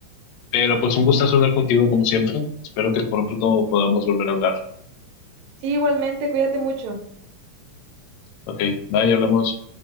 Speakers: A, on the left; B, on the right.
A: Pero pues un gustazo hablar contigo como siempre. Espero que por pronto podamos volver a hablar.
B: Sí, igualmente, cuídate mucho.
A: Ok, bye, hablamos.